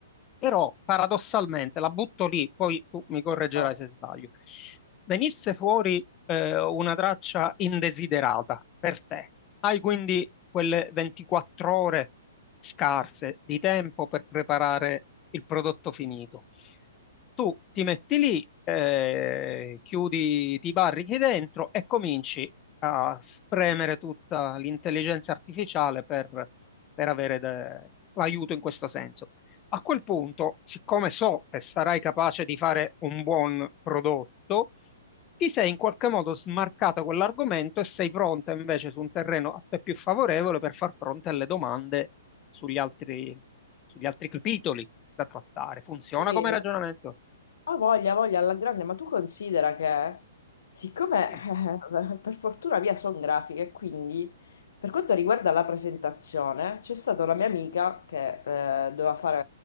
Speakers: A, on the left (about 25°); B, on the left (about 75°).
A: Però paradossalmente, la butto lì, poi tu mi correggerai
B: no?
A: se sbaglio. Venisse fuori eh, una traccia indesiderata per te. Hai quindi quelle 24 ore scarse di tempo per preparare il prodotto finito. Tu ti metti lì, eh, chiudi, ti barrichi dentro e cominci a spremere tutta l'intelligenza artificiale per, per avere de- aiuto in questo senso. A quel punto, siccome so che sarai capace di fare un buon prodotto, ti sei in qualche modo smarcato quell'argomento e sei pronta invece su un terreno a te più favorevole per far fronte alle domande sugli altri, sugli altri capitoli da trattare. Funziona
B: Sì,
A: come ragionamento?
B: Ah, voglia, voglia, alla grande, ma tu considera che, siccome
A: Mm.
B: eh, per fortuna via sono grafiche, quindi per quanto riguarda la presentazione, c'è stata una mia amica che eh, doveva fare